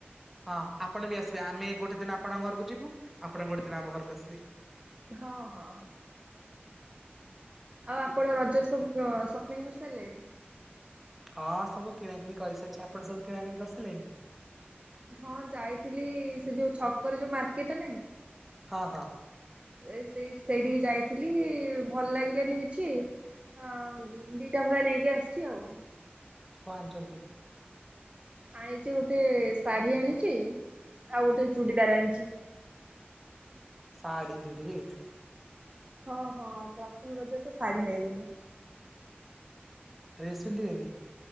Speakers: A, in the centre; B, on the right.
A: ହଁ ଆପଣ ବି ଆସିବେ ଆମେ ଗୋଟେ ଦିନ ଆପଣଙ୍କ ଘରକୁ ଯିବୁ ଆପଣ ଗୋଟେ ଦିନ ଆମ ଘରକୁ ଆସିବେ।
B: ହଁ ହଁ ହଁ। ଆଉ ଆପଣ ରଜରେ ସବୁ ସପିଂ କରିସାରିଲେଣି?
A: ହଁ ସବୁ କିଣାକିଣି କରିସାରିଛି। ଆପଣ ସବୁ କିଣାକଣି କରିସାରିଲେଣି?
B: ହଁ ଯାଇଥିଲି ସେ ଯୋଉ ଛକରେ ଯୋଉ ମାର୍କେଟ ନାହିଁ।
A: ହଁ ହଁ।
B: ଏ ସେଇ ସେଇଠିକି ଯାଇଥିଲି ଭଲ ଲାଗିଲାନି କିଛି ହଁ ଦିଟା ଭଳିଆ ନେଇକି ଆସିଛି ଆଉ।
A: କଣ ଆଣିଚନ୍ତି?
B: ଆଣିଛି ଗୋଟେ ଶାଢୀ ଆଣିଛି ଆଉ ଗୋଟେ ଚୁଡିଦାର ଆଣିଚି।
A: ପାଢୀ ପିନ୍ଧିବେ?
B: ହଁ ହଁ ପ୍ରଥମ ରଜ ତ ଶାଢ଼ୀ ନେବି ମୁଁ।
A: ଡ୍ରେସ୍ ପିନ୍ଧିବେନି?